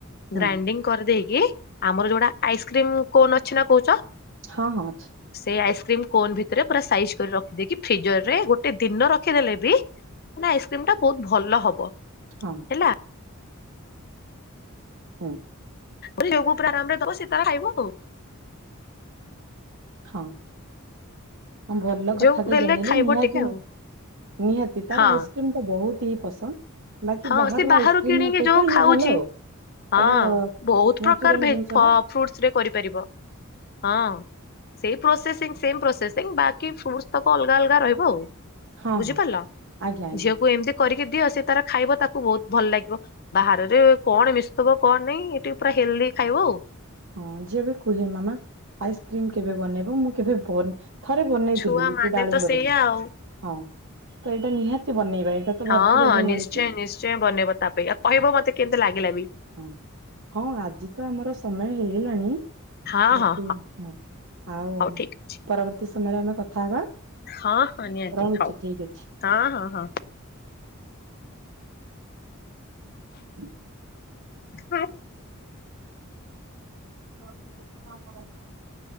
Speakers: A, on the right; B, on the left.
A: ହୁଁ
B: ଗ୍ରାଇଣ୍ଡିଙ୍ଗ କରିଦେଇକି ଆମର ଯୋଉଟା ଆଇସ୍କ୍ରିମ୍ କୋନ୍ ଅଛି ନା କହୁଛ?
A: ହଁ, ହଁ ଅଛି।
B: ସେଇ ଆଇସ୍କ୍ରିମ୍ କୋନ୍ ଭିତରେ ପୁରା ସାଇଜ୍ କରି ରଖିଦେଇକି, ଫ୍ରିଜର ରେ ଗୋଟେ ଦିନ ରଖିଦେଲେ ବି ମାନେ ଆଇସ୍କ୍ରିମ୍ ଟା ବହୁତ ଭଲ ହବ।
A: ହଁ।
B: ହେଲା
A: ହୁଁ।
B: ମୋ <inaudible> ପୁରା ଆରାମରେ ଦବ, ସେ ତାର ଖାଇବ ଆଉ।
A: ହଁ। ହଁ, ଭଲ କଥାଟେ
B: ଯୋଉ ଦେଲେ
A: ଜଣେଇଲେ।
B: ଖାଇବ
A: ନିହାତି,
B: ଟିକେ ଆଉ
A: ମୁଁ ନିହାତି ତାର
B: ହଁ
A: ଆଇସ୍କ୍ରିମ୍ ତ ବହୁତ ହି ପସନ୍ଦ ବାକି,
B: ହଁ
A: ବାହାରର
B: ସେ ବାହାରୁ
A: ଆଇସ୍କ୍ରିମ୍
B: କିଣିକି
A: ଅପେକ୍ଷା
B: ଯୋଉ
A: ଇଏ
B: ଖାଉଛି
A: ଭଲ ଆଉ।
B: ହଁ,
A: ଏଇଟା
B: ବହୁତ
A: ନ୍ୟାଚୁରାଲି
B: ପ୍ରକାର ଭେ
A: ଜିନିଷ
B: ଫ୍ରୁଟସ୍
A: ଟା
B: ରେ କରିପାରିବ। ହଁ। ସେଇ ପ୍ରୋସେସିଂ, ସେମ ପ୍ରୋସେସିଂ, ବାକି ଫ୍ରୁଡ୍ସ ତକ ଅଲଗା ଅଲଗା ରହିବ ଆଉ।
A: ହଁ
B: ବୁଝିପାରିଲ!
A: ହଁ ଆଜ୍ଞା ଆଜ୍ଞା
B: ଝିଅକୁ ଏମିତି କରିକି ଦିଅ, ସେ ତାର ଖାଇବ। ତାକୁ ବହୁତ ଭଲ ଲାଗିବ। ବାହରରେ କଣ ମିଶୁଥିବ କଣ ନାଇଁ? ଏଠି ପୁରା ହେଲ୍ଦି ଖାଇବ ଆଉ।
A: ହଁ, ଝିଅ ବି କୁହେ ମାମା ଆଇସ୍କ୍ରିମ୍ କେବେ ବନେଇବ? ମୁଁ କେଭେ ବନ ଥରେ ବନେଇଥିଲି,
B: ଛୁଆ ମାନେ
A: ଡାଳିମ୍ବରେ।
B: ତ ସେଇଆ ଆଉ।
A: ହଁ, ତ ଏଇଟା ନିହାତି ବନେଇବା। ଏଇଟା ତ
B: ହଁଁ,
A: ଭରପୁର ଏବେ
B: ନିଶ୍ଚୟ
A: ମିଳୁଛି
B: ନିଶ୍ଚୟ ବନେଇବ ତା ପାଇଁ। ଆଉ କହିବ ମତେ କେମିତି ଲାଗିଲା ବି?
A: ହଁ ହଁ, ଆଜି ତ ଆମର ସ ସମୟ ହେଇଲାଣି।
B: ହଁ
A: ବାକି
B: ହଁ
A: ହଁ, ଆଉ
B: ହଉ ଠିକ ଅଛି
A: ପରବର୍ତ୍ତୀ ସମୟରେ ଆମେ କଥା ହବା।
B: ହଁ ହଁ ନିହାତି
A: ରହୁଛି
B: ହଉ
A: ଠିକ୍ ଅଛି।
B: ହଁ, ହଁ, ହଁ।
A: ହୁଁ
B: ହା।
A: <inaudible>